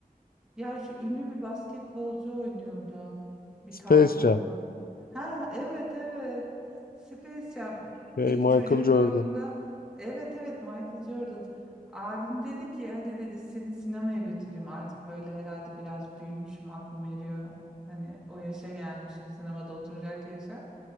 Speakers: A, in the centre; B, on the left (about 75°).
A: Ya şu ünlü bir basketbolcu oynuyordu. Bir
B: Space
A: tavşanla.
B: Jam.
A: Ha evet evet. Space Jam.
B: Şey
A: İlk
B: Michael
A: çocukluğumda.
B: Jordan.
A: Evet evet Michael Jordan. Abim dedi ki hadi dedi seni sinemaya götüreyim. Artık böyle herhalde biraz büyümüşüm aklım eriyor. Hani o yaşa gelmişim sinemada oturacak yaşa.